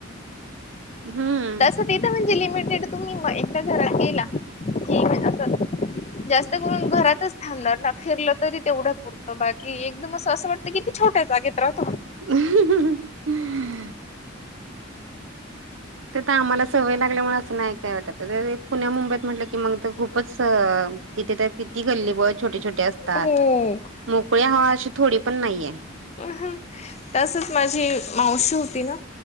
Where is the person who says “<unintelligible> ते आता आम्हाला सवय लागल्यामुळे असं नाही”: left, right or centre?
Right